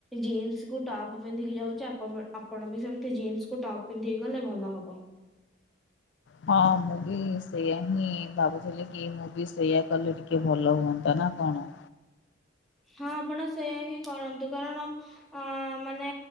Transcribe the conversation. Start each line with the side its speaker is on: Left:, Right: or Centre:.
Centre: ଜିନ୍ସକୁ ଟପ୍ ପନ୍ଧିକି ଯାଉଚି ଆପଣ ଆପଣବି ସେମିତି ଜିନ୍ସକୁୁ ଟପ୍ ପିନ୍ଧିକି ଗଲେ ଭଲ ହବ।
Left: ହଁ ମୁଁବି ସେଇୟାହିଁ ଭାବୁଥିଲିକି ମୁଁବି ସେଇୟା କଲେ ଟିକେ ଭଲ ହୁଅନ୍ତାନା କଣ?
Centre: ହଁ ଆପଣ ସେଇୟାହିଁ କରନ୍ତୁ କାରଣ ଅ ମାନେ